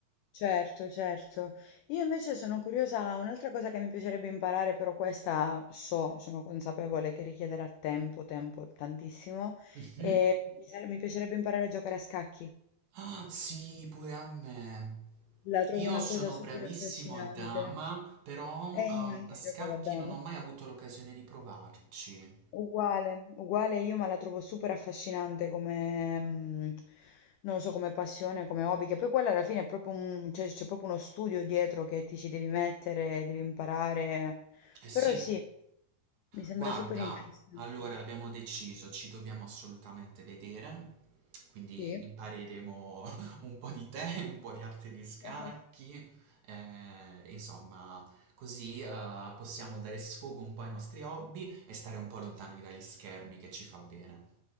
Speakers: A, on the left (about 85°); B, on the right (about 60°).
A: certo, certo. Io invece sono curiosa, un'altra cosa che mi piacerebbe imparare, però questa so, sono consapevole che richiederà tempo, tempo tantissimo,
B: Mhm.
A: e mi sare- mi piacerebbe imparare a giocare a scacchi.
B: Ah, sì, pure a me.
A: La
B: Io
A: trovo una
B: sono
A: cosa super
B: bravissimo
A: affascinante.
B: a dama, però
A: E
B: ah,
A: io anche
B: a scacchi
A: giocavo a dama.
B: non ho mai avuto l'occasione di provarci.
A: Uguale, uguale io, ma la trovo super affascinante come, mm, non lo so, come passione, come hobby, che poi quella alla fine è proprio un, cioè, c'è proprio uno studio dietro che ti ci devi mettere, devi imparare,
B: Eh sì.
A: però sì, mi sembra
B: Guarda,
A: super interessante.
B: allora abbiamo deciso, ci dobbiamo assolutamente vedere, quindi
A: Sì.
B: impareremo <laughs> un po' di te, un po' di arte di scacchi,
A: <laughs>
B: eh, insomma, così eh, possiamo dare sfogo un po' ai nostri hobby e stare un po' lontani dagli schermi che ci fa bene.